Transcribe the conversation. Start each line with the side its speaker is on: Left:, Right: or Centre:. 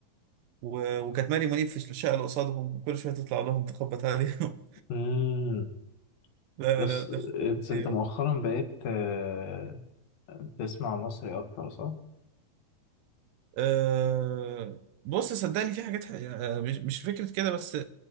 Right: و- وكانت ماري منيب في الشقه اللي قصادهم وكل شويه تطلع لهم تخبط عليهم
Left: امم
Right: <laughs> لا
Left: يس
Right: لا ده خطيره
Left: إتس-
Right: خطيرة.
Left: انت مؤخرا بقيت آه، بتسمع مصري اكتر صح
Right: أه بص صدقني في حاجات ح- آه، مش مش فكره كده بس